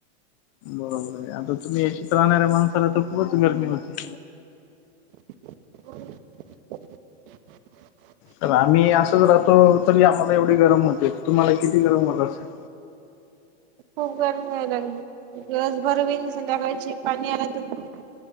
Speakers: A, on the left; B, on the right.
A: बरोबर आहे आता तुम्ही याशत राहणाऱ्या माणसाला तर खूपच गरमी होती
B: हो
A: तर आम्ही असंच राहतो तरी आम्हाला एवढे गरम होते तुम्हाला किती गरम होत असेल
B: खूप गरमी व्हाय लागली दिसभर बीन संध्याकाळचे पाणी आला तर